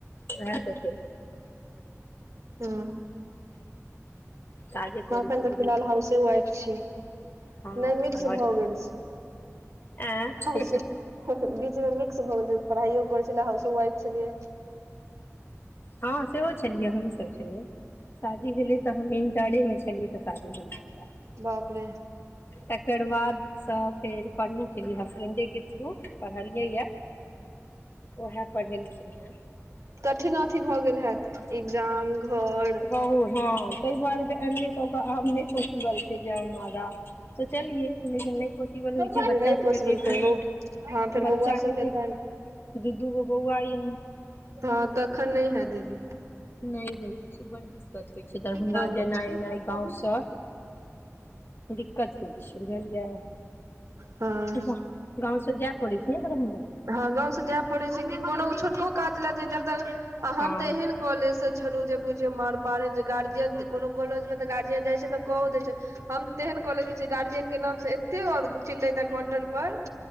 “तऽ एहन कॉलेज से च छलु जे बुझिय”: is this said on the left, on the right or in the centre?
Right